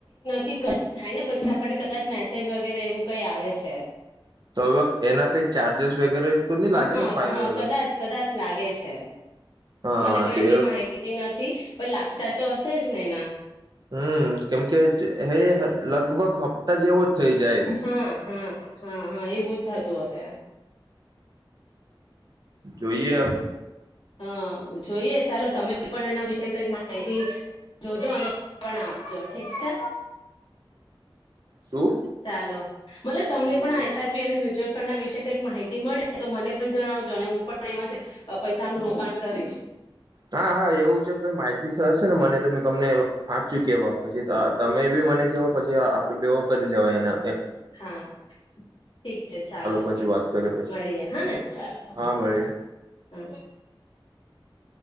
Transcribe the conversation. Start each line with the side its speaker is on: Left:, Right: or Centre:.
Left: થી કટ થાય ને પછી આપણને કદાચ મેસેજ વગેરે એવું કઈ આવે છે.
Right: તો <unintelligible> ચાર્જસ વગેરે તો નહી લાગે
Left: હા-હા
Right: ને ફાઈન વગેરે
Left: કદાચ કદાચ લાગે છે
Right: હા
Left: મને પણ
Right: તે
Left: એટલી માહિતી નથી પણ લાગતા તો હ તે જ નેના
Right: હમ કેમકે હે લગભગ હપ્તા જેવો જ થઇ જા
Left: હા-હા-હા-હા એવું જ. થતું હશે.
Right: જોઈએ હવે.
Left: હા જોઈએ ચાલો તમે પણ એના વિશે કઈક માહિતી જોજો અને પણ આપજો ઠીક છે.
Right: શું
Left: ચાલો. મતલબ તમને
Right: હમ
Left: પણ આસઆઈપી અને મ્યચ્યુઅલ. ના વિશે કઈક માહિતી મળે તો મને પણ જણાવજો અને હું પણ એમાં છે. પૈસા નું રોકાણ કરીશ.
Right: હા હા એવું જો કઈ માહિતી થ હશે ને મને તોમે તમને સાાચું કેવા પછી તમે કે મને કેવો પછી આપડે બેઓ કરી લેવાય ને
Left: હા ઠીક છે ચાલો
Right: પછી વાત કરીએ પછી
Left: મળીએે હા ને ચાલો
Right: હા મળીએ
Left: હા.